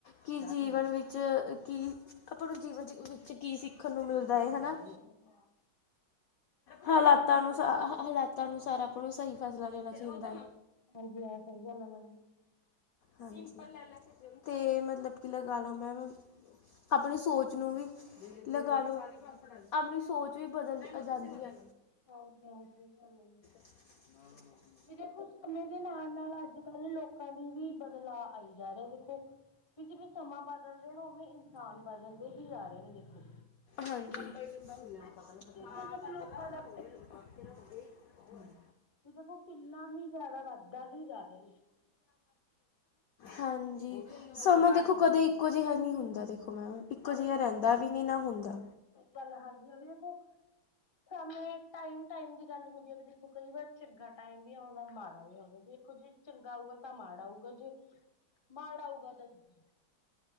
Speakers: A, on the left; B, on the left.
A: ਕਿ
B: ਹਾਂਜੀ
A: ਜੀਵਨ ਵਿੱਚ ਚ, ਕਿ ਆਪਾਂ ਨੂੰ ਜੀਵਨ ਚ, ਵਿੱਚ, ਕੀ ਸਿੱਖਣ ਨੂੰ ਮਿਲਦਾ ਏ, ਹੈਨਾ।
B: ਹਾਂਜੀ, ਹਾਂ।
A: ਹਾਲਾਤਾਂ ਅਨੁਸਾ, ਹਾਲਾਤਾਂ ਅਨੁਸਾਰ ਆਪਾਂ ਨੂੰ ਸਈ ਫੈਸਲਾ ਲੈਣਾ ਚਾਈਦਾ ਏ।
B: <unintelligible>
A: ਹਾਂਜੀ ਤੇ, ਮਤਲਬ ਕੀ ਲਗਾ ਲੋ ਮੈਮ, ਆਪਣੀ ਸੋਚ
B: ਹਾਂ
A: ਨੂੰ ਵੀ ਲਗਾ ਲੋ, ਆਪਣੀ ਸੋਚ ਵੀ ਬਦਲ ਅ ਜਾਂਦੀ ਐ।
B: ਹਾਂਜੀ ਹਾਂ, ਸਈ ਗੱਲ ਐ ਜੀ।
A: ਨਾ <unintelligible>
B: ਵੀ, ਦੇਖੋ ਸਮੇਂ ਦੇ ਨਾਲ- ਨਾਲ, ਅੱਜ- ਕੱਲ੍ਹ ਲੋ ਲੋਕਾਂ ਦੀ ਵੀ, ਬਦਲਾਅ ਆਈ ਜਾ ਰਿਆ ਦੇਖੋ। ਕਿ ਜਿਵੇਂ, ਸਮਾਂ ਬਦਲ ਰੇਹਾ ਉਵੇਂ ਇਨਸਾਨ ਬਦਲਦੇ ਹੀ ਜਾ ਰਹੇ ਨੇ, ਦੇਖੋ।
A: ਹਾਂਜੀ। <unintelligible>
B: ਹਾਂਜੀ ਵੀ ਜੀ ਦੇਖਿਆ ਜਾਵੇ ਲੋਕਾਂ ਦਾ ਤੇ, ਦੇਖੋ ਕਿੰਨਾ ਹੀ ਜਾਦਾ ਵੱਧਦਾ ਹੀ ਜਾ ਰਿਆ।
A: ਹਾਂਜੀ,
B: ਹਾਂਜੀ
A: ਸਮਾਂ
B: ਵੀ
A: ਦੇਖੋ,
B: ਜੀ
A: ਕਦੇ ਇਕੋ ਜੇਹਾ ਨਈ ਹੁੰਦਾ ਦੇਖੋ, ਮੈਮ ਇੱਕੋ
B: ਹਾਂਜੀ,
A: ਜਿਹਾ
B: ਹਾਂ
A: ਰਹਿੰਦਾ
B: ਸਈ।
A: ਵੀ ਨਹੀਂ ਨਾ ਹੁੰਦਾ।
B: ਗੱਲ, ਹਾਂਜੀ ਹਾਂ ਦੇਖੋ ਸਮੇਂ ਟਾਈਮ -ਟਾਈਮ ਦੀ ਗੱਲ ਹੁੰਦੀ ਐ, ਬੀ ਦੇਖੋ ਕਈ ਵਾਰ ਚੰਗਾ ਟਾਈਮ ਵੀ ਆਉਂਦਾ, ਮਾੜਾ ਵੀ ਆਂਦਾ ਦੇਖੋ ਜੇ ਚੰਗਾ ਆਊਗਾ, ਤਾਂ ਮਾੜਾ ਆਊਗਾ ਜੇ ਮਾੜਾ ਆਊਗਾ, ਤਾਂ ਚੰਗਾ।